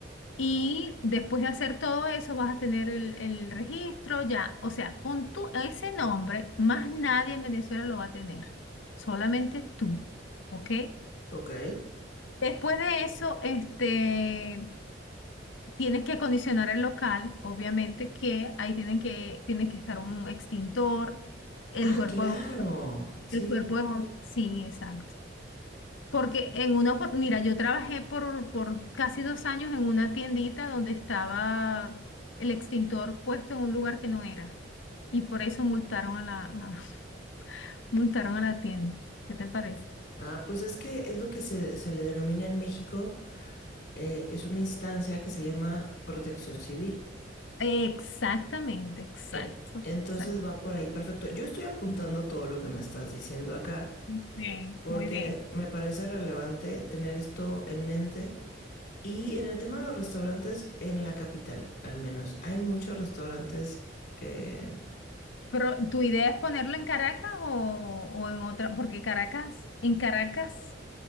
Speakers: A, on the left (about 80°); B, on the left (about 60°).
A: Y después de hacer todo eso, vas a tener el, el registro ya. O sea, con tu, ese nombre, más nadie en Venezuela lo va a tener. Solamente tú. ¿Ok?
B: Ok.
A: Después de eso, este, tienes que acondicionar el local, obviamente, que ahí tienen que, tiene que estar un extintor, el
B: Ah,
A: cuerpo,
B: claro. Sí.
A: el cuerbo de, bom- sí, exacto Porque en una, opor- mira, yo trabajé por, por casi dos años en una tiendita donde estaba el extintor puesto en un lugar que no era. Y por eso multaron a la, a- <laughs> multaron a la tienda. ¿Qué te parece?
B: Ah, pues es que es lo que se, se le denomina en México, eh, es una instancia que se llama Protección Civil.
A: Exactamente, exacto,
B: E- Entonces
A: exacto.
B: va por ahí, perfecto. Yo estoy apuntando todo lo que me estás diciendo acá,
A: Bien,
B: porque
A: muy bien.
B: me parece relevante tener esto en mente. Y en el tema de los restaurantes, en la capital, al menos, hay muchos restaurantes eh,
A: Pero, ¿tu idea es ponerlo en Caracas o, o en otra? Porque Caracas, en Caracas.